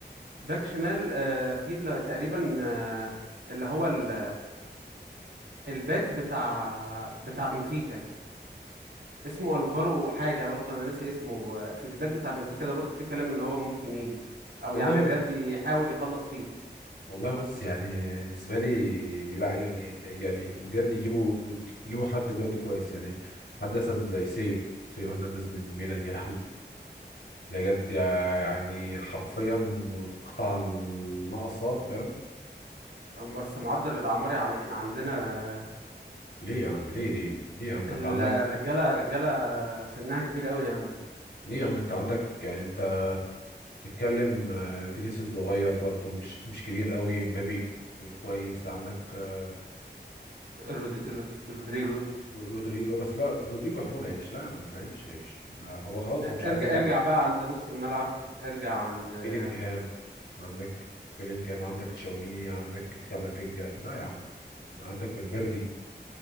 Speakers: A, on the right; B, on the left.
A: باك شمال آه في اللي تقريبا آه اللي هو ال- الباك بتاع بتاع بنفيكا اسمه الفارو حاجة برضو انا ناسي اسمه آه، في الباك بتاع بنفيكا ده برضو في كلام ان هو ممكن يجي او
B: والله
A: يعني الريال بيحاول يخلص فيه
B: والله بص يعني بالنسبه لي لا يعني يعني بجد يجيبوا يجيبوا حد بجد كويس يعني حد مثلا زي سيو سيو هرنانديز من ميلان يا لهوي بجد يع- يعني حرفيا قطع الناقصة فاهم
A: بس معدل الاعمار يعني احنا عندنا آه،
B: ليه يا عم ليه ليه ليه يا عم ده
A: الرجالة
B: انت عندك
A: الرجالة سنها كبير قوي يعني
B: ليه يا عم انت عندك يعني انت بتتكلم آه، فينيسيوس صغير برضه مش مش كبير قوي مبابي كويس عندك آه،
A: رود... رود... رودريجو
B: رودريجو بس لا رودريجو احتمال هيمشي لا يا عم هيمشي هيمشي آه، هو خلاص
A: ارجع
B: هو مش عايز يلعب
A: ارجع بقى عند نص الملعب ارجع عند آه،
B: بيلينجهام عندك بيلينجهام عندك تشاوميني عندك كامافينجا لا يا عم عندك فالفيردي